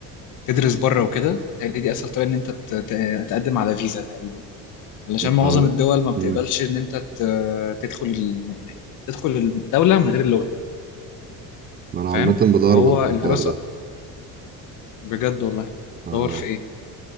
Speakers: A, on the left; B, on the right.
A: تدرس بره وكده بتهيألي دي اسهل طريقه ان انت ت- ت- تقدم على فيزا تقريبا علشان معظم
B: عم...
A: الدول ما بتقبلش
B: امم
A: ان انت ت- تدخل ال... تدخل الدوله من غير اللغه
B: ما انا عامة
A: فاهم
B: بدور
A: فهو
B: برضه في
A: الدراسه
B: الحوار ده
A: بجد والله
B: اه
A: دور في